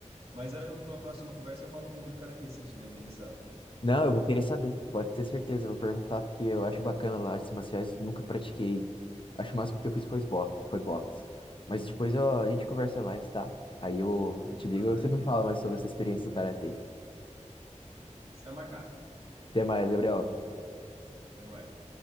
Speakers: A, on the right; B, on the left.
A: Mas aí, numa próxima conversa eu falo um pouco de karatê, se estiver interessado.
B: Não, eu vou querer saber, pode ter certeza, eu vou perguntar, porque eu acho bacana lá, artes marciais, nunca pratiquei. Acho que o máximo que eu fiz foi, esbo- foi boxe. Mas depois ó, a gente conversa mais, tá? Aí eu, eu te ligo,
A: Ah, perfeito.
B: você me fala mais sobre essa experiência do karatê.
A: Está marcado.
B: Até mais, Gabriel.
A: Até mais.